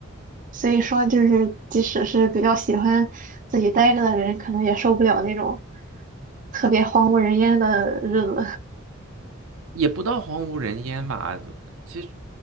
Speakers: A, on the right (about 40°); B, on the right (about 80°).
A: 所以说就是，即使是比较喜欢自己待着的人，可能也受不了那种特别荒无人烟的日子。
B: 也不到荒无人烟吧，其实